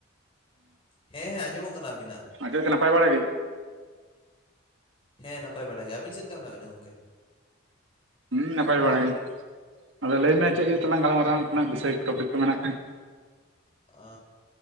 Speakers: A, on the left (about 30°); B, on the right (about 70°).
A: ᱦᱮᱸ ᱦᱮᱸ ᱟᱸᱡᱚᱢᱚᱜ ᱠᱟᱱᱟ ᱟᱹᱵᱤᱱᱟᱜ
B: ᱪᱮᱫ ᱠᱟ ᱱᱟᱯᱟᱭ ᱵᱟᱲᱟᱜ ᱜᱮ
A: ᱦᱮᱸ ᱱᱟᱯᱟᱭ ᱵᱟᱲᱟ ᱜᱮ ᱟᱵᱤᱱ ᱪᱮᱫ ᱞᱮᱠᱟ ᱢᱮᱱᱟᱜ ᱵᱮᱱᱟ ᱜᱚᱢᱠᱮ?
B: ᱦᱮᱸ ᱱᱟᱯᱟᱭ ᱵᱟᱲᱟ ᱜᱮ ᱟᱫᱚ ᱞᱟᱹᱭᱢᱮ ᱪᱮᱫ ᱤᱫᱤ ᱠᱟᱛᱮ ᱞᱟᱝ ᱜᱟᱞᱢᱟᱨᱟᱣ-ᱟ ᱚᱱᱠᱟᱱᱟᱜ ᱵᱤᱥᱚᱭ ᱠᱚ ᱴᱚᱯᱤᱠ ᱠᱚ ᱢᱮᱱᱟᱜ ᱠᱷᱟᱱ
A: ᱟ